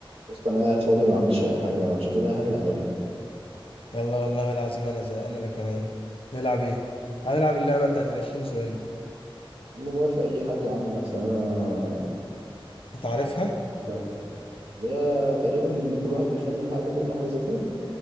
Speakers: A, on the right; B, on the left.
A: يا اسطى انا قاعد فاضي ما بعملش اي حاجه ما تشوف لنا اي حاجه نعملها
B: يلا والله العظيم انا زهقان انا كمان نلعب ايه هنلعب اللعبه بتاعت العشرين سؤال دي
A: يا عم موافق اي حاجه يا عم انا احسن انا
B: انت
A: ما
B: عارفها
A: في دماغي اللي هي تقريبا كل واحد بيخمن حاجه باينه وحاجه زي كده